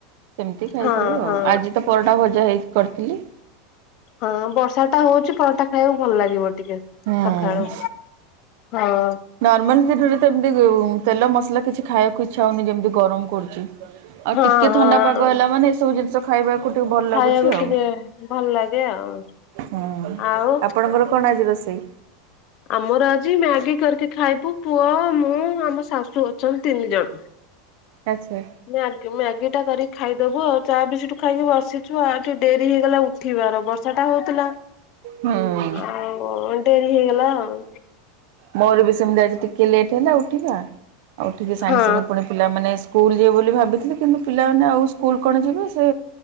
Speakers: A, on the right; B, on the left.
A: ସେମିତି ଖାଇଦଉ
B: ହଁ
A: ଆଉ
B: ହଁ।
A: ଆଜି ତ ପରଟା ଭଜା ହେଇ କରିଥିଲି।
B: ହଁ ବର୍ଷା ଟା ହଉଛି ପରଟା ଖାଇବାକୁ ଭଲ ଲାଗିବ ଟିକେ
A: ହୁଁ
B: ସକାଳୁ। ହଁ।
A: ନର୍ମାଲି ଦିନରେ ତ ଏମିତି ତେଲ ମସଲା କିଛି ଖାଇବାକୁ ଇଚ୍ଛା ହଉନି ଯେମିତି ଗରମ କରୁଛି। ଆଉ
B: ହଁ
A: ଟିକେ
B: ହଁ।
A: ଥଣ୍ଡା ପାଗ ହେଲା ମାନେ ଏ ସବୁ ଜିନିଷ ଖାଇବାକୁ ଟିକେ ଭଲ
B: ଖାଇବାକୁ
A: ଲାଗୁଛି ଆଉ।
B: ଟିକେ ଭଲ ଲାଗେ ଆଉ
A: ହୁଁ
B: ଆଉ
A: ଆପଣଙ୍କର କଣ ଆଜି ରୋଷେଇ?
B: ଆମର ଆଜି ମ୍ୟାଗି କରିକି ଖାଇବୁ ପୁଅ ମୁଁ ଆମ ଶାଶୁ ଅଛନ୍ତି ତିନି ଜଣ।
A: ଆଚ୍ଛା।
B: ମ୍ୟାଗି ମ୍ୟାଗି ଟା କରିକି ଖାଇଦବୁ ଆଉ। ଚାହା <inaudible> ଖାଇକି ବସିଛୁ ଆଉ ଠି ଡେରି ହେଇଗଲା ଉଠିବାର ବର୍ଷା ଟା ହଉଥିଲା।
A: ହୁଁ।
B: ଆଉ ଡେରି ହେଇଗଲା ଆଉ।
A: ମୋର ବି ସେମିତି ଆଜି ଟିକେ ଲେଟ୍ ହେଲା ଉଠିବା, ଆଉ ଉଠିକି ସାଙ୍ଗେ
B: ହଁ
A: ସାଙ୍ଗେ ପୁଣି ପିଲାମାନେ ସ୍କୁଲ ଯିବେ ବୋଲି ଭାବିଥିଲି କିନ୍ତୁ ପିଲାମାନେ ଆଉ ସ୍କୁଲ କଣ ଯିବେ ସେ